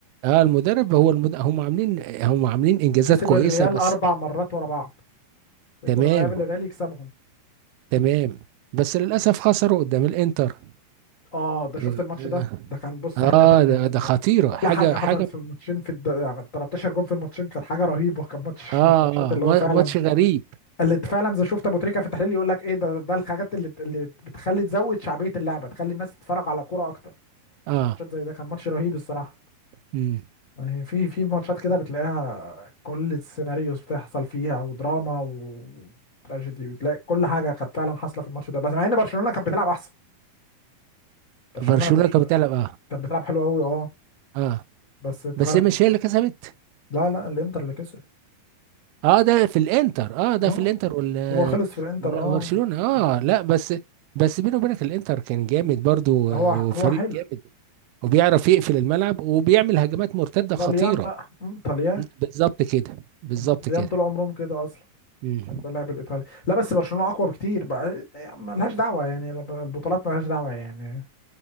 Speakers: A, on the right; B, on the left.
A: اه المدرب هو المد... هم عاملين هم عاملين إنجازات
B: كسب
A: كويسة
B: الريال
A: بس
B: أربع مرات ورا بعض
A: تمام
B: كل ما يقابل الريال يكسبهم
A: تمام بس للأسف خسروا قدام الإنتر
B: اه ده شفت
A: اه
B: الماتش ده ده كان بص
A: آه،
B: حاجة تانية
A: ده ده
B: كان
A: خطيرة
B: كل
A: حاجة
B: حاجة
A: حاجة
B: حصلت في الماتشين في الد... يعني 13 جون في الماتشين كان حاجة رهيبة كان ماتش
A: اه
B: من الماتشات اللي
A: اه ما-
B: هو فعلا
A: ماتش غريب
B: اللي فعلا زي شفت ابو تريكه في التحليل يقول لك ايه ده ده الحاجات اللي اللي بتخلي تزود شعبيه اللعبه تخلي الناس تتفرج على كوره اكتر
A: اه
B: في ماتشات زي ده كان ماتش رهيب الصراحه
A: امم
B: يعني في في ماتشات كده بتلاقيها كل السيناريوز بتحصل فيها ودراما وتراجيدي وتلاقي كل حاجه كانت فعلا حاصله في الماتش ده بس مع ان برشلونه كانت بتلعب احسن برشلونه
A: برشلونة
B: برش...
A: كانت بتلعب اه
B: كانت بتلعب حلو قوي اه
A: اه
B: بس اتغلب
A: بس هي مش هي اللي كسبت
B: لا لا الانتر اللي كسب
A: اه ده في الانتر اه ده
B: اه
A: في الانتر ولا
B: هو خلص في الانتر
A: ولا
B: اه
A: برشلونة اه
B: والله
A: لا بس بس بيني وبينك الانتر كان جامد برضو
B: هو
A: آه، وفريق
B: هو حلو
A: جامد وبيعرف يقفل الملعب وبيعمل هجمات مرتدة
B: طليان
A: خطيرة
B: بقى مم، طليان
A: م، بالظبط كده بالظبط
B: هما الطليان
A: كده
B: طول عمرهم كده اصلا
A: مم.
B: يعني ده اللعب الايطالي لا بس برشلونه اقوى بكتير بقى يعني ملهاش دعوه يعني البطولات ملهاش دعوه يعني